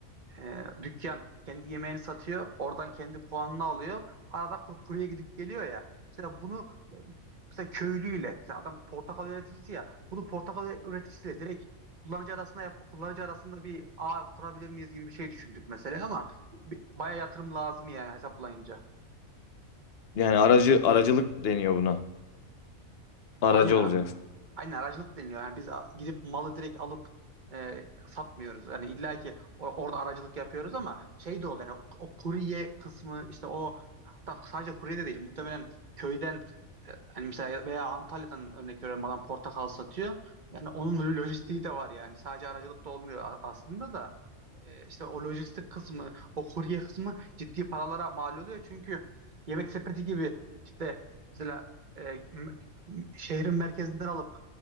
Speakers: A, on the right; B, on the left.
A: e, dükkan kendi yemeğini satıyor. Oradan kendi puanını alıyor. Arada kur, kuruya gidip geliyor ya. Mesela bunu e, mesela köylüyle mesela adam portakal üreticisi ya. Bunu portakal üreticisiyle direkt kullanıcı arasında yap, kullanıcı arasında bir ağ kurabilir miyiz gibi bir şey düşündük mesela ama bir- bayağı yatırım lazım ya hesaplayınca.
B: Yani aracı aracılık deniyor buna. Aracı
A: Aynen
B: olacaksın.
A: Aynen aracılık deniliyor. Yani biz a- gidip malı direkt alıp e, satmıyoruz. Yani illa ki o- orada aracılık yapıyoruz ama şey de oluyor. Yani o, o kurye kısmı işte o hatta sadece kurye de değil. Muhtemelen köyden e, hani mesela veya Antalya'dan örnek veriyorum adam portakal satıyor. Yani onun lojistiği de var yani. Sadece aracılık da olmuyor a- aslında da. E, işte o lojistik kısmı, o kurye kısmı ciddi paralara mal oluyor. Çünkü yemek sepeti gibi işte mesela e, m- m- şehrin merkezinden alıp